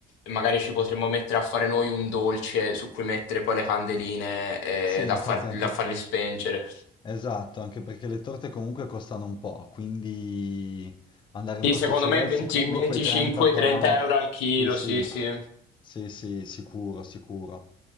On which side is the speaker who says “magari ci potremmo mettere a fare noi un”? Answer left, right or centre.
Left